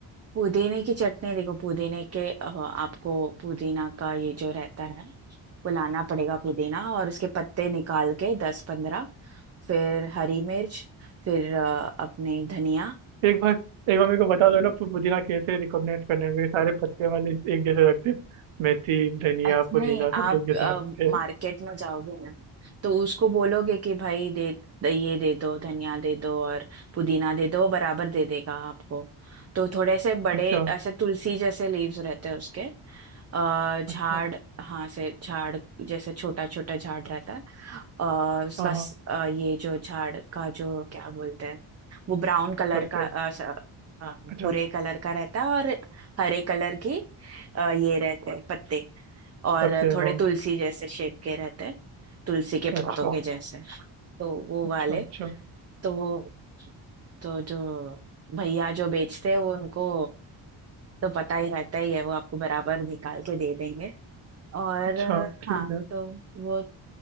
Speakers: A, on the right; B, on the right.
A: पुदीने की चटनी देखो पुदीने के अ, आपको पुदीना का ये जो रहता है फुलाना पड़ेगा पुदीना और उसके पत्ते निकाल के दस पंद्रह फिर हरी मिर्च फिर अ, अपने धनिया
B: एक बार एक बार मेरे को बता दो ना पु- पुदीना कैसे रिकमेंड करने हैं? ये सारे पत्ते वाले एक जैसे लगते हैं मेथी धनिया
A: अच्छा
B: पुदीना
A: नहीं
B: सब
A: आप
B: एक जैसे लगते हैं
A: मार्केट में जाओगे ना तो उसको बोलोगे कि भाई दे दे- ये दे दो धनिया दे दो और पुदीना दे दो वो बराबर दे देगा आपको तो थोड़े से बड़े
B: अच्छा
A: ऐसे तुलसी जैसे लीव्स रहते हैं उसके अ, झाड़
B: अच्छा
A: हाँ से झाड़ जैसे छोटा छोटा झाड़ रहता है और उसका
B: हाँ
A: स-
B: हाँ
A: अ, ये जो झाड़ का जो क्या बोलते हैं वो ब्राउन कलर
B: पत्ते
A: का अ, स- अ,
B: अच्छा
A: भूरे कलर का रहता है और हरे कलर की अ, ये रहते हैं पत्ते और
B: पत्ते
A: थोड़े
B: हाँ
A: तुलसी जैसे शेप के रहते हैं तुलसी के पत्तों
B: अच्छा
A: के जैसे तो वो
B: अच्छा
A: वाले
B: अच्छा
A: तो वो तो जो भैया जो बेचते हैं वो उनको तो पता ही रहता ही है वो आपको बराबर निकाल के दे देंगे और
B: अच्छा
A: अ, हाँ
B: ठीक है
A: तो वो